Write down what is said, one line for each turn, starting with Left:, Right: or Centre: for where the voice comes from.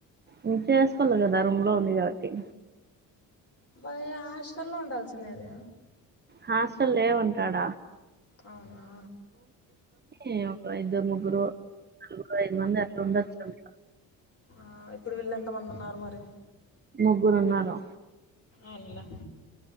Right: ఇం చేసుకోల కదా రూమ్ లో ఉంది కాబట్టి
Left: బాయ హాస్టల్లో ఉండాల్సిండేది
Right: హాస్టల్ లేవంట ఆడ
Left: అవునా
Right: ఈ ఒక ఇద్దరు ముగ్గురు నలుగురు ఐదు మంది అట్లా ఉండొచ్చు అంటా
Left: ఆ ఇప్పుడు వీళ్ళు ఎంత మంది ఉన్నారు మరి.
Right: ముగ్గురున్నారు
Left: అవునులే